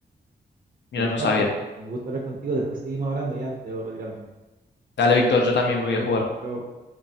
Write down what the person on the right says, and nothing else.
Ya pues
Franco,
un gusto hablar contigo, después seguimos hablando, ya debo retirarme.
Que estés
bien,
chao. chao.